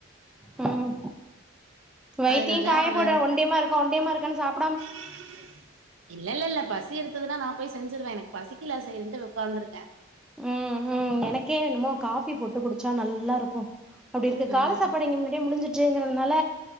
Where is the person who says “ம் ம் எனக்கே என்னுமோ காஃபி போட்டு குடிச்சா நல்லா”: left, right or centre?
Centre